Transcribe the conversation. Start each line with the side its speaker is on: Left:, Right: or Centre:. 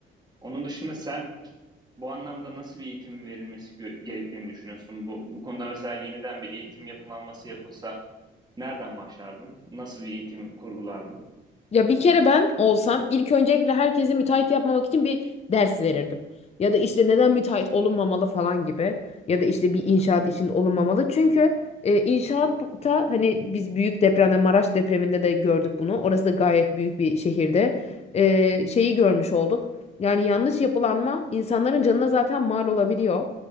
Right: Onun dışında sen bu anlamda nasıl bir eğitimin verilmesi gerektiğini düşünüyorsun? Bu, bu konuda mesela yeniden bir eğitim yapılanması yapılsa nereden başlardın? Nasıl bir eğitim kurgulardın?
Left: Ya bir kere ben olsam ilk öncelikle herkesi müteahhit yapmamak için bir ders verirdim. Ya da işte neden müteahhit olunmamalı falan gibi. Ya da işte bir inşaat işinde olunmamalı. Çünkü e, inşaatta hani biz büyük depremde Maraş depreminde de gördük bunu. Orası da gayet büyük bir şehirde. E, şeyi görmüş olduk. Yani yanlış yapılanma insanların canına zaten mal olabiliyor.